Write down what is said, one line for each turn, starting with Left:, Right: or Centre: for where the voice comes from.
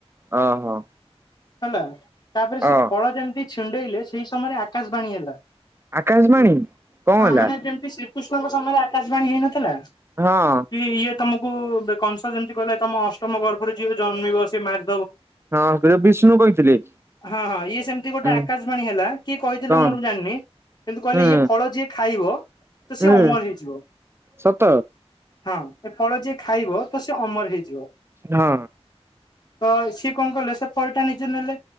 Right: ଓହୋ।
Left: ହେଲା ତାପରେ ସେ
Right: ଅ
Left: ଫଳ ଯେମିତି ଛିଣ୍ଡେଇଲେ ସେଇ ସମୟରେ ଆକାଶବାଣୀ ହେଲା।
Right: ଆକାଶବାଣୀ
Left: ହଁ
Right: କଣ ହେଲା?
Left: ମାନେ ଯେମତି ଶ୍ରୀକୃଷ୍ଣଙ୍କ ସମୟରେ ଆକାଶବାଣୀ ହେଇନଥିଲା।
Right: ହଁ
Left: କି ଇଏ ତମକୁ କଂସ ଯେମିତି କହିଲା ତମ ଅଷ୍ଟମ ଗର୍ଭରେ ଯିଏ ଜନ୍ମିବ ସେ ମାର
Right: ହଁ ସେ ବିଷ୍ଣୁ କହିଥିଲେ।
Left: ହଁ ହଁ ଇଏ ସେମିତି ଗୋଟେ
Right: ଉଁ
Left: ଆକାଶବାଣୀ ହେଲା କିଏ କହିଥିଲେ
Right: କଣ
Left: ମୋରୁ ଜାଣିନି? କିନ୍ତୁ କହିଲେ
Right: ହୁଁ
Left: ଇଏ ଫଳ ଯିଏ ଖାଇବ, ତ ସିଏ
Right: ହୁଁ
Left: ଅମର ହେଇଯିବ।
Right: ସତ
Left: ହଁ ଏ ଫଳ ଯିଏ ଖାଇବ, ତ ସେ ଅମର ହେଇଯିବ।
Right: ହଁ।
Left: ତ ସିଏ କଣ କଲେ ସେ ଫଳଟା ନିଜେ ନେଲେ,